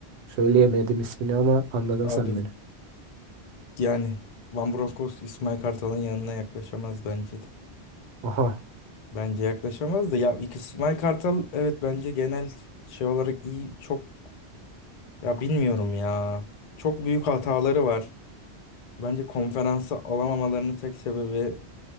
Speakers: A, on the right; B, on the left.
A: Söyleyemedim ismini ama anladın
B: Abi
A: sen beni.
B: yani Van Bronckhorst İsmail Kartal'ın yanına yaklaşamaz bence de.
A: Aha.
B: Bence yaklaşamaz da ya iki- İsmail Kartal evet bence genel şey olarak iyi çok ya bilmiyorum ya. Çok büyük hataları var. Bence konferansa alamamalarının tek sebebi